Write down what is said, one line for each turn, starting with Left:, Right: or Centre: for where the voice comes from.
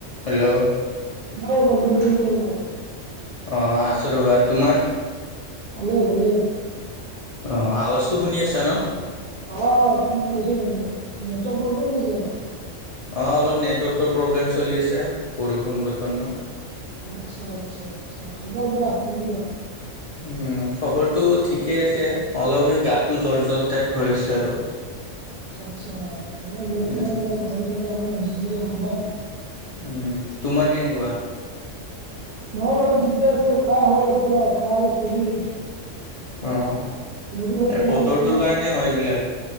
Left: হেল্ল'
Right: অ 'বন্ধু কি খবৰ।
Left: অ' আছোঁ ৰ'বা তোমাৰ,
Right: ভালে ভালে
Left: অ আ টো শুনি আছা ন।
Right: অ' শুনা পাইছো বন্ধু, নেটৱৰ্ক প্ৰব্লেম নেকি অলপ।
Left: অ' অলপ নেটৱৰ্কৰ প্ৰব্লেম চলি আছে বৰষুণ বতৰ ন।
Right: আচ্ছা, আচ্ছা, আচ্ছা, খবৰ কোৱা কেনেকুৱা?
Left: উম খবৰটো ঠিকেই আছে অলপ এই গাটো জ্বৰ জ্বৰ টাইপ হৈ আছে আৰু।
Right: আচ্ছা এ বৰষুণৰ
Left: উম
Right: কাৰণে গৰম ঠাণ্ডা সোমাই হৈছে চাগে সম্ভৱ।
Left: উম তোমাৰ কেনেকুৱা?
Right: মই বাৰু ঠিকে আছো কাহ হৈ আছে অলপ কাহ আৰু চৰ্দি।
Left: অ'
Right: মোৰো সেই
Left: এই
Right: তোমাৰ
Left: বতৰটোৰ
Right: নিচিনা
Left: কাৰণেই হয় এইবিলাক।